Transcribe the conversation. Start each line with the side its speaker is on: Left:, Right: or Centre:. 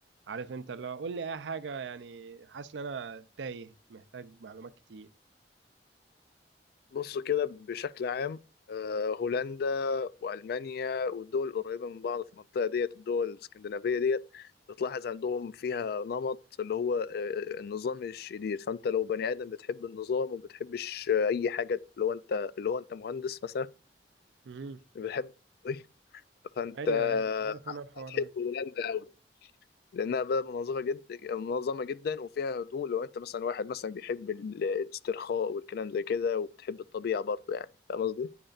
Right: عارف انت لو قول لي اي حاجه يعني حاسس ان انا تايه محتاج معلومات كتير
Left: بص كده بشكل عام آه، هولندا وألمانيا والدول القريبة من بعض في المنطقة ديت الدول الاسكندنافية ديت بتلاحظ عندهم فيها نمط اللي هو آه، النظام الشديد فأنت لو بني آدم بتحب النظام وبتحبش آه، أي حاجة اللي هو أنت اللي هو أنت مهندس مثلا
Right: مهم.
Left: بتحب <laughs> فأنت
Right: ايوه ايوه عارف انا الحوار
Left: هتحب
Right: ده
Left: هولندا أوي لأنها بلد منظمة جدا منظمة جدا وفيها هدوء لو أنت مثلا واحد مثلا بيحب ال- الاسترخاء والكلام زي كده وبتحب الطبيعة برضه يعني فاهم قصدي؟